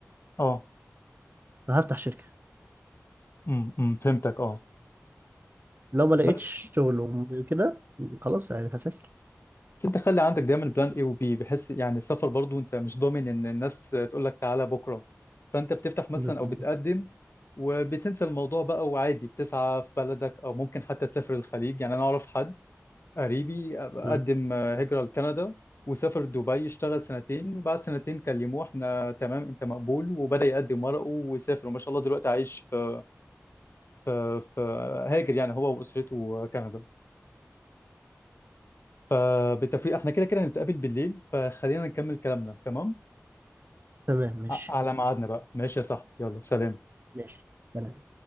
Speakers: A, on the left (about 55°); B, on the right (about 45°).
A: اه
B: فهفتح شركة
A: امم أمم، فهمتك اه
B: لو ما لقيتش
A: بس
B: شغل وكده خلاص يعني هسافر
A: بس انت خلي عندك دايما بلان اي وبي بحيث يعني السفر برضو انت مش ضامن ان الناس تقول لك تعالى بكره فانت بتفتح مثلا
B: بالظبط
A: او بتقدم وبتنسى الموضوع بقى وعادي بتسعى في بلدك او ممكن حتى تسافر الخليج يعني انا اعرف حد قريبي قدم
B: مم.
A: هجرة لكندا وسافر دبي اشتغل سنتين وبعد سنتين كلموه احنا تمام انت مقبول وبدأ يقدم ورقه وسافر وما شاء الله دلوقتي عايش في في في هاجر يعني هو واسرته كندا فبالتوفيق احنا كده كده هنتقابل بالليل فخلينا نكمل كلامنا تمام
B: تمام ماشي
A: ع- على ميعادنا بقى ماشي يا صاحبي يلا سلام
B: ماشي سلام